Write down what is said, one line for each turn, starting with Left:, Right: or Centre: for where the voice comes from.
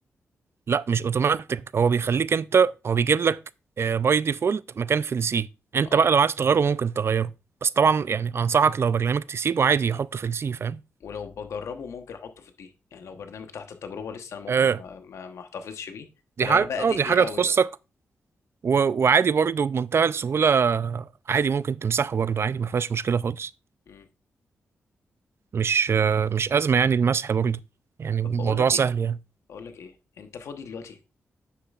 Right: لا مش اوتوماتيك هو بيخليك انت هو بيجيب لك باي ديفولت مكان في السي انت
Left: اه
Right: بقى لو عايز تغيره ممكن تغيره بس طبعا يعني انصحك لو برنامج تسيبه عادي يحطه في السي فاهم
Left: ولو بجربه ممكن احطه في الدي يعني لو برنامج تحت التجربه لسه انا ممكن
Right: آه
Left: ما, ما, ما احتفظش بيه ده
Right: دي
Left: لو
Right: حاجه
Left: انا بقى
Right: اه
Left: دقي
Right: دي حاجه
Left: قوي
Right: تخصك
Left: بقى
Right: و... وعادي برضه بمنتهى السهوله عادي ممكن تمسحه برضه عادي ما فيهاش مشكله خالص
Left: مم.
Right: مش آه مش ازمه يعني المسح برضه يعني
Left: طب
Right: الموضوع
Left: بقول لك
Right: سهل
Left: ايه
Right: يعني
Left: بقول لك ايه انت فاضي دلوقتي